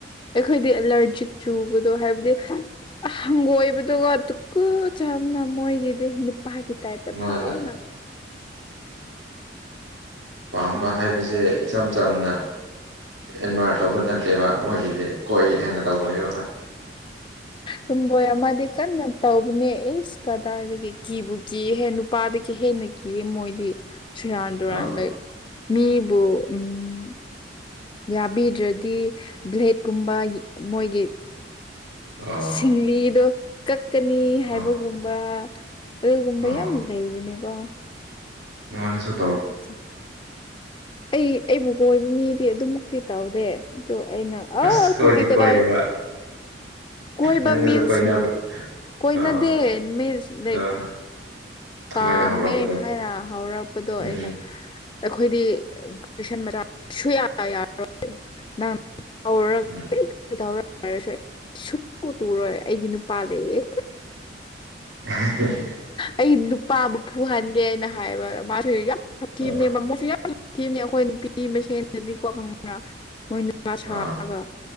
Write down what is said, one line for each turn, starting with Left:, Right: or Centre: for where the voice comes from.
Left: ꯑꯩꯈꯣꯏꯗꯤ ꯑꯦꯂꯔꯖꯤꯛ ꯆꯨꯕꯗꯣ ꯍꯥꯏꯕꯗꯤ ꯍꯪꯒꯣꯏꯕꯗꯨꯒ ꯇꯨ ꯀꯨ ꯆꯥꯕꯅ ꯃꯣꯏꯒꯤꯗꯤ ꯅꯨꯄꯥꯒꯤ ꯇꯥꯏꯞꯇ
Right: ꯃꫭꯏꯅ
Left: ꯐꯥꯎꯅ
Right: ꯄꯥꯝꯕ
Left: ꯉꯝꯃꯔꯣꯏ
Right: ꯍꯥꯏꯕꯁꯦ
Left: ꯑꯩ
Right: ꯏꯆꯝ ꯆꯝꯅ ꯑꯦꯟꯃꯥꯏꯌꯔ ꯇꯧꯕ ꯅꯠꯇꯦꯕ ꯃꯣꯏꯒꯤꯗꯤ ꯀꯣꯏꯒꯦ ꯍꯥꯏꯅ ꯇꯧꯕꯅꯦꯕ
Left: ꯇꯣꯝꯕꫭꯏ ꯑꯃꯗꯤ ꯀꯥꯟꯅ ꯇꯧꯕꯅꯦ ꯑꯦꯁ ꯀꯗꯥꯏꯗꯒꯤ ꯀꯤꯕꯨ ꯀꯤꯍꯦ ꯅꯨꯄꯥꯗꯒꯤ ꯍꯦꯟꯅ ꯀꯤꯌꯦ ꯃꯣꯏꯗꯤ ꯁꯤꯔꯥꯟ
Right: ꯑꯥ
Left: ꯗꯨꯨꯔꯥꯟ ꯂꯥꯏꯛ ꯃꯤꯕꯨ ꯎꯝ ꯌꯥꯕꯤꯗ꯭ꯔꯗꯤ ꯕ꯭ꯂꯦꯠꯀꯨꯝꯕ ꯃꯣꯏꯒꯤ
Right: ꯑꯥ
Left: ꯁꯤꯡꯂꯤꯗꯣ ꯀꯛꯀꯅꯤ ꯍꯥꯏꯕꯒꯨꯝꯕ
Right: ꯑꯥ
Left: ꯑꯗꯨꯒꯨꯝꯕ
Right: ꯑꯣ
Left: ꯌꯥꯝ ꯂꯩꯕꯅꯦꯀꯣ
Right: ꯅꯨꯉꯥꯟꯅꯁꯨ
Left: ꯇꯨꯒꯨꯠꯆꯩ ꯑꯩ ꯑꯩꯕꯨ ꯀꯣꯏꯕ ꯃꯤꯗꯤ ꯑꯗꯨꯃꯨꯛꯇꯤ ꯇꯧꯗꯦ ꯑꯗꯨ ꯑꯩꯅ ꯑꯥ
Right: ꯑꯁ ꯀꯣꯏꯗꯤ
Left: ꯈꯣꯏꯗꯤ ꯀꯗꯥ
Right: ꯀꯣꯏꯔꯦꯕ
Left: ꯀꯣꯏꯕ
Right: ꯅꯪꯒꯁꯨ
Left: ꯃꯤꯟꯁ
Right: ꯀꯣꯏꯅꯕ꯭ꯔꯥ
Left: ꯀꯣꯏꯅꯗꯦ
Right: ꯑꯥ
Left: ꯃꯤꯟꯁ ꯂꯥꯏꯛ
Right: ꯑꯥ
Left: ꯄꯥꯝꯃꯦ
Right: ꯃꯣꯏꯅ ꯍꯧꯔꯛꯄꯗꯣ
Left: ꯍꯥꯏꯅ ꯍꯧꯔꯛꯄꯗꯣ
Right: ꯎꯝ
Left: ꯑꯩꯅ ꯑꯩꯈꯣꯏꯗꯤ ꯒ꯭ꯔꯦꯖꯁꯟ ꯃꯆꯥ ꯁꯨꯌꯥ ꯌꯥꯔꫭꯏ ꯅꯪ ꯇꯧꯔꯛ
Right: ꯎꯝ
Left: ꯇꯧꯔꯛ ꯍꯥꯏꯔꯁꯨ ꯁꯨꯠꯇꯨ ꯇꯨꯔꯣꯏ ꯑꯩꯗꯤ ꯅꯨꯄꯥ ꯂꯩꯌꯦ
Right: <unintelligible>
Left: ꯑꯩ ꯅꯨꯄꯥꯕꯨ ꯐꯨꯍꯟꯒꯦꯅ ꯍꯥꯏꯕ ꯃꯥꯁꯨ ꯌꯥꯝ ꯁꯥꯊꯤꯕꯅꯦ
Right: ꯑ
Left: ꯃꯃꯣꯏꯁꯨ ꯌꯥꯝ ꯊꯤꯕꯅꯦ ꯑꯩꯈꯣꯏ ꯅꯨꯄꯤ ꯃꯁꯦꯟꯗꯗꯤꯀꯣ ꯈꯪꯕ꯭ꯔꯥ ꯃꯣꯏ ꯅꯨꯄꯥ ꯁꯥꯔꯒ
Right: ꯑꯥ